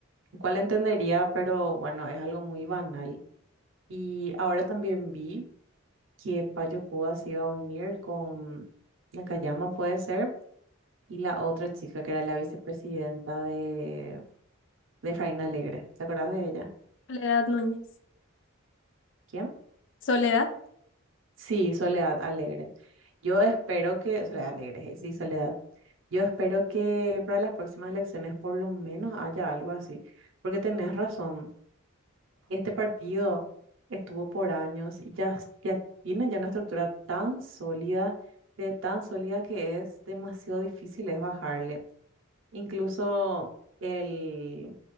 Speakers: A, on the right; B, on the left.
A: lo cual entendería, pero bueno, es algo muy banal. Y ahora también vi que Payo Cuba se iba a unir con Nakayama, puede ser, y la otra chica que era la vicepresidenta de, de Efraín Alegre. ¿Te acordás de ella?
B: Soledad Núñez.
A: ¿Quién?
B: Soledad.
A: Sí, Soledad Alegre. Yo espero que, Soledad Alegre, eh, sí, Soledad. Yo espero que para las próximas elecciones por lo menos haya algo así, porque tenés razón. Este partido estuvo por años y ya, ya tiene ya una estructura tan sólida, de tan sólida que es demasiado difícil es bajarle. Incluso el,